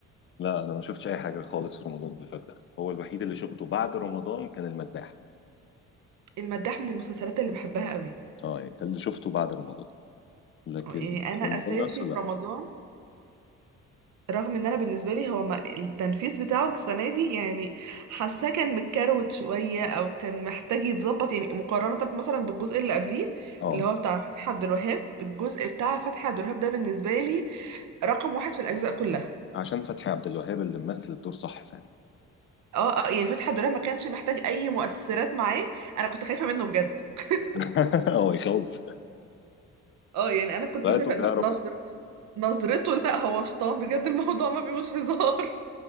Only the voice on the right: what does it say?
المداح من المسلسلات اللي بحبها قوي
آه، يعني انا
اساسي
في
رمضان رغم ان انا بالنسبه لي هو ما التنفيذ بتاعه السنه دي يعني حاساه كان متكروت شويه او كان محتاج يتظبط يعني مقارنه مثلا بالجزء اللي قبليه
اللي هو بتاع فتحي عبد الوهاب الجزء بتاع فتحي عبد الوهاب ده بالنسبه لي رقم واحد في الاجزاء كلها
اه اه يعني فتحي عبد الوهاب ما كانش محتاج اي مؤثرات معاه انا كنت خايفه منه بجد <laughs>
اه يعني انا كنت
شايفه
إن نظر نظرته لا هو شطان بجد الموضوع ما فيهوش هزار